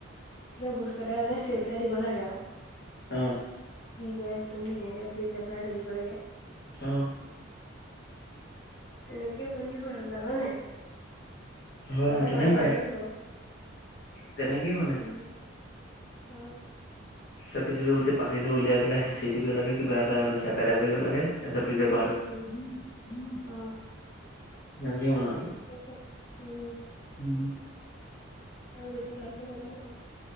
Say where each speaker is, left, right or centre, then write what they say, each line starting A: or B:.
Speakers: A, on the left (about 70°); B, on the left (about 50°).
A: কিবা বস্তু এটা মানে চেভ এটা দিব লাগে আৰু
B: অহ
A: দি পাই একদম ধুনীয়াকে ফ্ৰিজত ভৰাই থৈ দিব লাগে
B: অহ
A: তেনেকে পুন্ন হয় আৰু বোলা হয় নাই
B: অ
A: কটা
B: তেনেকুৱাই
A: ভালকে নাজানোব
B: তেনেকেই বনাই
A: উম অ
B: চেপি চেপি গোটেই পানীটো উলিয়াই বেলে হেঁচি দিব লাগে কিবা এটা ‌মানে ‌চেপেটা কৰি দিব লাগে তাৰ পিছত পিজ্জ
A: উম উম উও উও অহ
B: এনেকে বনুৱা
A: সেইটো উম
B: উম
A: আৰু বেছি ভালকে নাজানো বাও